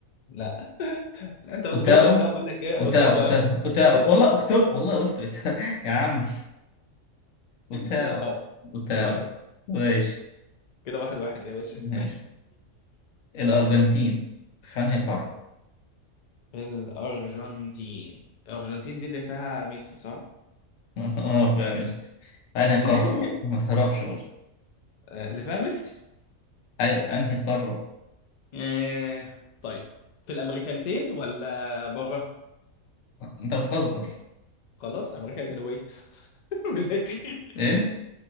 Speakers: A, on the left; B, on the left.
A: لا <laughs> لا، انت بتجرب
B: أوتاو
A: لا بقول لك ايه
B: أوتاو
A: اوتاوا
B: أوتاو
A: يابا
B: أوتاو
A: لا لا،
B: والله أكتو والله قلت أوتاو. <laughs> يا عم أوتاو
A: ماليش دعوه
B: أوتاو
A: صوب عليك
B: ماشي
A: كده واحد واحد يا باشا
B: ماشي الأرجنتين في أنهي قارة؟
A: الارجنتين الارجنتين دي اللي فيها ميسي صح
B: <laughs> أه فاهم قصدي. في أنهي قارة
A: <laughs>
B: بقى؟ ما تهربش برضه
A: آه، اللي فيها ميسي
B: أيوة أنهي قارة؟
A: آه، طيب في الامريكانتين ولا بره
B: أنت بتهزر
A: خلاص امريكا الجنوبيه <laughs> من الآخر.
B: ايه